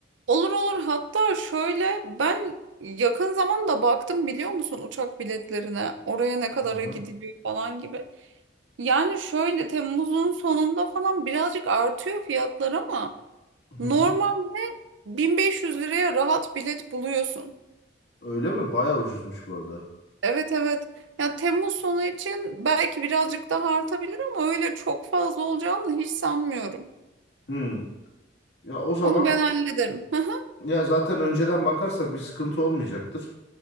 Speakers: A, on the right (about 80°); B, on the left (about 70°).
A: Olur olur. Hatta şöyle ben yakın zamanda baktım biliyor musun uçak biletlerine. Oraya ne kadara
B: Hı hı.
A: gidiliyor falan gibi. Yani şöyle Temmuz'un sonunda falan birazcık artıyor fiyatlar ama
B: Hı
A: normal
B: hı.
A: 1500 liraya rahat bilet buluyorsun.
B: Öyle mi? Bayağı ucuzmuş bu arada.
A: Evet evet. Ya Temmuz sonu için belki birazcık daha artabilir ama öyle çok fazla olacağını hiç sanmıyorum.
B: Hmm. Ya o zaman
A: Onu ben hallederim. Hı hı.
B: ya zaten önceden bakarsak bir sıkıntı olmayacaktır.